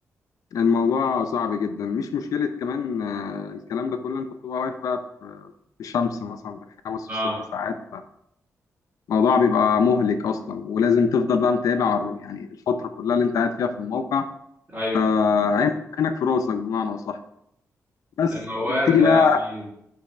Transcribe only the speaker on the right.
اه
ايوه
ده موال
ده
أيوه.